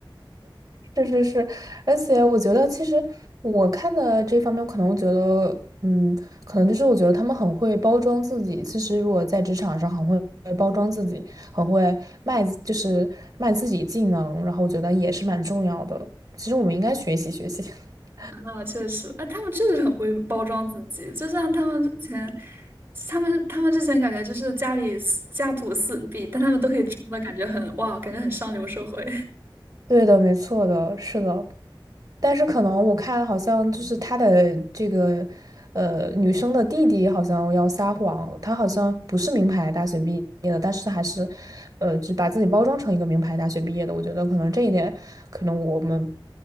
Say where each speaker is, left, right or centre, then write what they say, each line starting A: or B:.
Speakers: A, on the right (about 45°); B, on the right (about 25°).
A: 是是是，而且我觉得，其实我看的这方面，可能觉得，嗯，可能就是我觉得他们很会包装自己。其实，如果在职场上很会包装自己，很会卖就是卖自己技能，然后我觉得也是蛮重要的。其实我们应该学习学习。<laughs>
B: 啊，确实，啊，他们确实很会包装自己，就像他们之前，他们他们之前感觉就是家里四家徒四壁，但他们都可以装的感觉很哇，感觉很上流社会。
A: 对的，没错的，是的。但是可能我看好像就是他的这个，呃，女生的弟弟好像要撒谎，他好像不是名牌大学毕业的，但是还是，呃，就把自己包装成一个名牌大学毕业的。我觉得可能这一点，可能我们